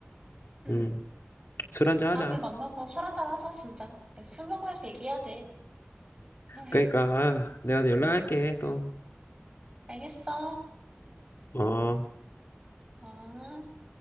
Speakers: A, on the right; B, on the left.
A: 응,
B: 음, 술 한잔
A: 다음에
B: 하자.
A: 만나서 술 한잔 하자, 진짜. 술 먹으면서 얘기해야 돼. 에휴,
B: 그러니까 아, 내가 연락할게 또.
A: 알겠어.
B: 어.
A: 어.